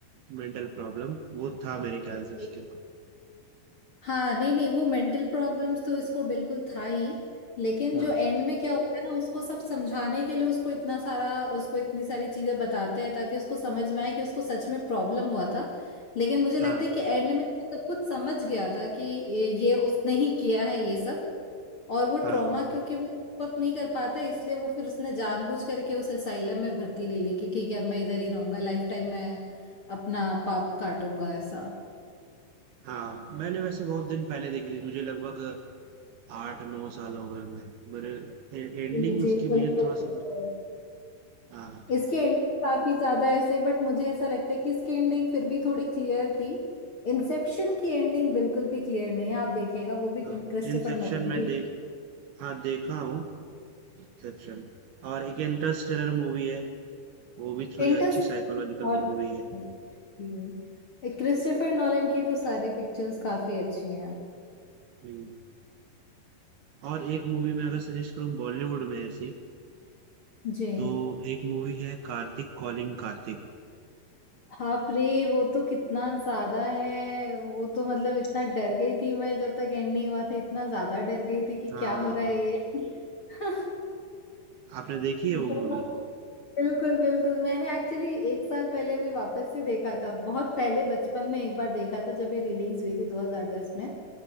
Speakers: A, on the right; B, on the left.
A: मेंटल प्रॉब्लम वो था मेरे ख्याल से उसके
B: जी हाँ नहीं नहीं वो मेंटल प्रॉब्लम्स तो इसको बिल्कुल था ही लेकिन
A: हाँ
B: जो एंड में क्या होता है ना उसको सब समझाने के लिए उसको इतना सारा उसको इतनी सारी चीजें बताते हैं ताकि उसको समझ में आए कि उसको सच में प्रॉब्लम हुआ था लेकिन मुझे
A: हाँ
B: लगता है कि एंड में वो सब कुछ समझ गया था कि ये, ये उसने ही किया है ये सब और वो
A: हाँ
B: ट्रॉमा क्योंकि वो अप नहीं कर पाता है, इसलिए वो फिर उसने जानबूझ करके उस असाइलम में भर्ती ले ली कि ठीक है अब मैं इधर ही रहूंगा लाइफ टाइम मैं अपना पाप काटूंगा ऐसा
A: हाँ मैंने वैसे बहुत दिन पहले देखी थी मुझे लगभग आठ नौ साल हो गए मैं मेरे एंडिंग
B: जी
A: उसकी
B: जी बिल्कुल
A: मुझे थोड़ा
B: बिल्कुल
A: सा हाँ
B: इसकी एंडिंग काफी ज्यादा ऐसे बट मुझे ऐसा लगता है कि इसकी एंडिंग फिर भी थोड़ी क्लियर थी इंसेप्शन की एंडिंग बिल्कुल भी क्लियर नहीं है आप देखिएगा वो भी
A: हाँ
B: क्रिस्टोफर
A: इंसेप्शन
B: नोलन
A: में
B: की
A: देख हाँ देखा हूँ इंसेप्शन और एक इंटरस्टेलर मूवी है वो भी थोड़ी
B: इंटरस्टेलर
A: अच्छी साइकोलॉजिकल
B: बहुत
A: मूवी
B: अच्छी
A: है
B: थी क्रिस्टोफर नोलन की तो सारी पिक्चर्स काफी अच्छी हैं
A: हम्म। और एक मूवी मैं अगर सजेस्ट करूँ बॉलीवुड में ऐसी
B: जी
A: तो एक मूवी है कार्तिक कॉलिंग कार्तिक
B: बाप रे वो तो कितना ज्यादा है वो तो मतलब इतना डर गई थी मैं जब तक एंड नहीं हुआ था इतना ज्यादा डर गई थी कि
A: हाँ
B: क्या हो रहा है ये <laughs>
A: आपने देखी है
B: बहुत
A: वो मूवी
B: बिल्कुल बिल्कुल मैंने एक्चुअली एक साल पहले भी वापस से देखा था बहुत पहले बचपन में एक बार देखा था जब ये रिलीज हुई थी 2010 में